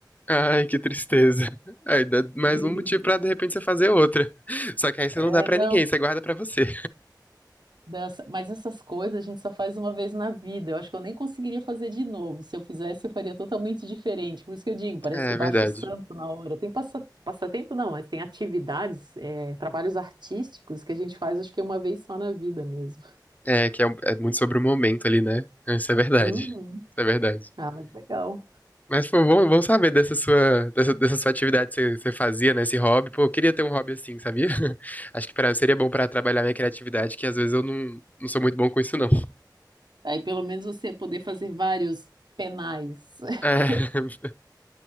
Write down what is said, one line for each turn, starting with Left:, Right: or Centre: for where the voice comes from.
Left: Ai, que tristeza. Aí dá mais
Right: <laughs>
Left: um motivo pra de repente você fazer outra. Só que aí você
Right: É,
Left: não dá pra
Right: não.
Left: ninguém, você guarda pra você.
Right: Nossa, mas essas coisas a gente só faz uma vez na vida. Eu acho que eu nem conseguiria fazer de novo. Se eu fizesse, eu faria totalmente diferente. Por isso que eu digo, parece
Left: É,
Right: que
Left: é
Right: baixa
Left: verdade.
Right: o santo na hora. Tem passa, passatempo, não, mas tem atividades, é, trabalhos artísticos que a gente faz, acho que uma vez só na vida mesmo.
Left: É que é, um- é muito sobre o momento ali, né? Isso é verdade.
Right: Uhum.
Left: Isso é verdade.
Right: Ah, mas legal.
Left: Mas, pô, bom, bom saber dessa sua, dessa, dessa sua atividade que você, você fazia, né? Esse hobby. Pô, eu queria ter um hobby assim, sabia? <laughs> Acho que pra, seria bom pra trabalhar minha criatividade, que às vezes eu não, não sou muito bom com isso, não.
Right: Aí pelo menos você poder fazer vários penais. <laughs>
Left: É, <laughs>